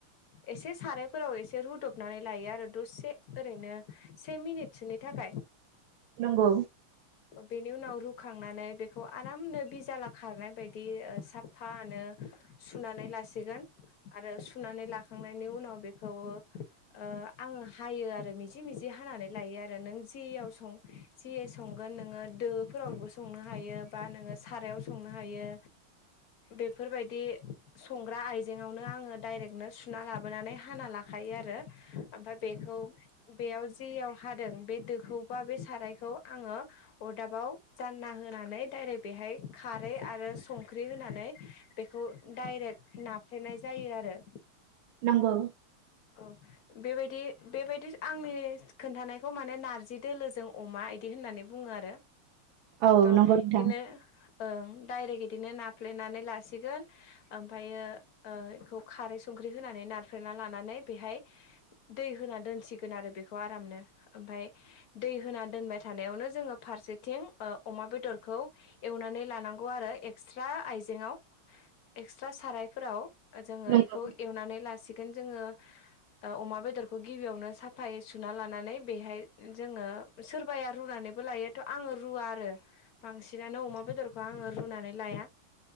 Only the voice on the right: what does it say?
नंगौ।
नंगौ
औ
नंगौ
नोंथां
नंगौ